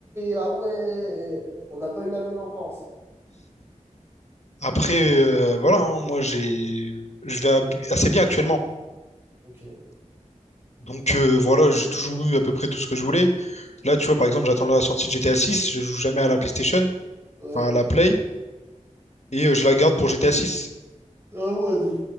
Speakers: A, on the right (about 20°); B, on the left (about 60°).
A: ah ouais, on n'a pas eu la même enfance.
B: Après, euh, voilà, hein, moi, j'ai, je vais ab- assez bien actuellement.
A: Ok.
B: Donc euh, voilà, j'ai toujours eu à peu près tout ce que je voulais. Là, tu vois, par exemple, j'attends la sortie de GTA 6, je joue jamais à la PlayStation,
A: Ouais.
B: enfin à la Play. et euh, je la garde pour GTA 6.
A: Ah ouais, donc